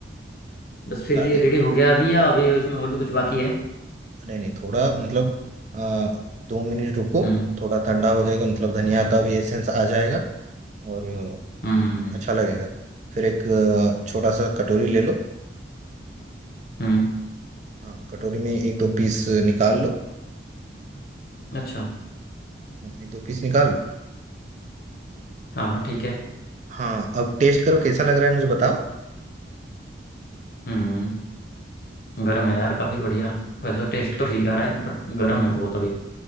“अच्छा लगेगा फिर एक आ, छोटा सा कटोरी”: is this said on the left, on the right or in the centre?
Right